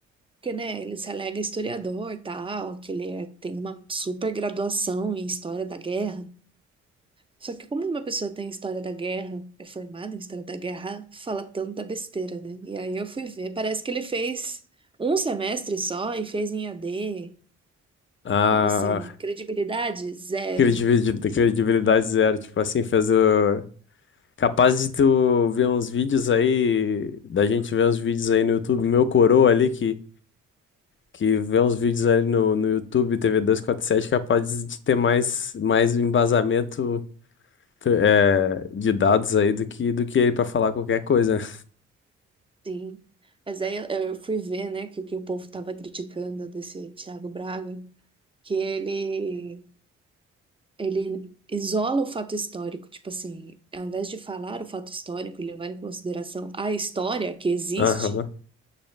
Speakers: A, on the right; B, on the left.
A: Porque, né, ele se alega historiador e tal, que ele é- tem uma super graduação em história da guerra. Só que, como uma pessoa tem história da guerra, é formada em história da guerra, fala tanta besteira, né? E aí eu fui ver, parece que ele fez um semestre só e fez em AD.
B: A
A: Então, assim, credibilidade zero.
B: credibilidade, credibilidade zero. Tipo assim, fez o... Capaz de tu ver uns vídeos aí, da gente ver uns vídeos aí no YouTube, meu coroa ali que, que vê uns vídeos ali no, no YouTube, TV sete capaz de ter mais, mais embasamento é, de dados aí do que, do que ele pra falar qualquer coisa, né?
A: Sim. Mas aí eu eu fui ver, né, que o que o povo estava criticando desse Thiago Braga, que ele, ele isola o fato histórico. Tipo assim, ao invés de falar o fato histórico, ele levar em consideração a história que existe
B: Aham.